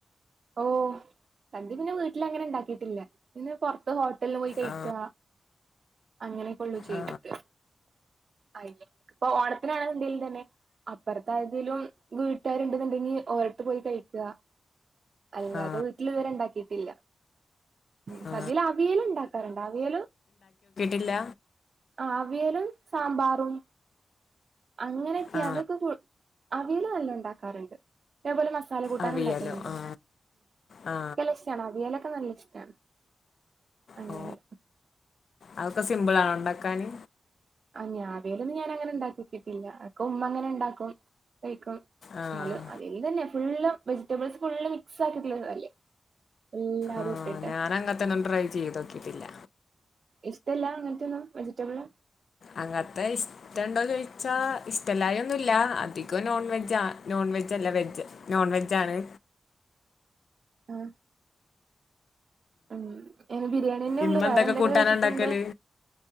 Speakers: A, on the right; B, on the left.
A: ഓ സദ്യ പിന്നെ വീട്ടിലങ്ങനെ ഉണ്ടാക്കിയിട്ടില്ല. പിന്നെ പുറത്ത് ഹോ ട്ടല് പോയി കഴിക്കുക.
B: ആ
A: അങ്ങനെക്കെയുള്ളൂ ചെയ്തിട്ട്.
B: ആ
A: ആയില്ലേ ഇപ്പം ഓണത്തിനാണെങ്കിലും തന്നെ അപ്പുറത്തേതെലും വീട്ടു കാര് ഉണ്ടുന്നുണ്ടെങ്കി ഇനി ഒരേടാത് പോയി കഴിക്കുക. അല്ലാതെ
B: ആ
A: വീട്ടിൽ ഇതുവരെ ഉണ്ടാക്കിട്ടില്ല. ഉം
B: ആ
A: സദ്യയേല് അവിയലുണ്ടാക്കാറുണ്ട് അവിയല്
B: ഇല്ല.
A: ആ ആവിയലും സാമ്പാറും. അങ്ങനെയൊക്കെ
B: ആ
A: അതൊക്കെ കു അവിയല് നല്ലോ ഉണ്ടാക്കാറുണ്ട് അതേപോലെ മസ് ചാല കൂട്ടാന്
B: അവിയലോ
A: ഉണ്ടാക്കുന്നുണ്ട്
B: ആ ആ
A: ഉക്ഷമാണ് അവിയലൊക്കെ നല്ല താ അങ്ങനെ
B: ഓ അതൊക്കെ സിംമ്പിൾണ ഉണ്ടാക്കാന്
A: ഞാവേല ഒന്നും ഞാനങ്ങന ഉണ്ടാക്കട്ടില്ല അക്ക ഉമ്മ അങ്ങനെ ഉണ്ടാക്കും കായ് ക്കും
B: ആഹ്
A: എന്നാലും അതി തന്നെ ഫുള്ള് വെജിറ്റബിൾസ് ഫുള്ള് മിക്സ് ആക്കിയിട്ടില്ലരുന്നല്ലേ എല്ലാ അറുംട്ടല്ല
B: ആഹ് ഞാനങ്ങത്തൊന്നും ട്രൈ ചെയ്തോക്കിട്ടില്ല
A: ഇഷ്ടല്ല അങ്ങനത്തൊന്നും വെജിറ്റബിള്
B: അങ്ങത്തെ ഇഷ്ടണ്ടോ ചോദിച്ചാ ഇഷ്ടല്ലായ ഒന്നുമല്ല അധികം നോൺ വെജ നോൺ വെജ് അല്ല വെജ് നോൺ വെജ ആാണ്
A: ആഹ് ആഹ്ആ ഉംഹ് ന് ബിരിയാണിന്നെ ഉള്ളു
B: ഇമ്മ
A: വേറെ എന്തൊക്കെ
B: കൂട്ടാനാ
A: കഴിച്ചിട്ടുണ്ട്
B: ഇണ്ടാക്കല്?